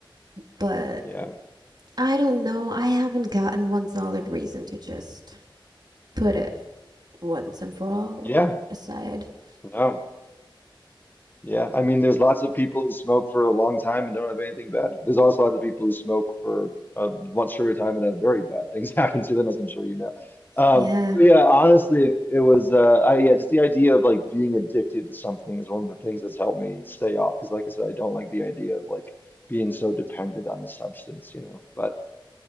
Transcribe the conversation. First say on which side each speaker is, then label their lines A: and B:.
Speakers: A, on the right (about 50°); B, on the left (about 20°).
A: But
B: yeah,
A: I don't know. I haven't gotten one solid reason to just put it once and for all
B: yeah,
A: aside. <laughs>
B: no. Yeah, I mean, there's lots of people who smoke for a long time and don't have anything bad. There's also lots of people who smoke for a much shorter time and have very bad things <laughs> happen to them, as I'm sure you know. Um,
A: Yeah.
B: but yeah, honestly, it was uh, I yeah, just the idea of like being addicted to something is one of the things that's helped me stay off. Because like I said, I don't like the idea of like being so dependent on a substance, you know. But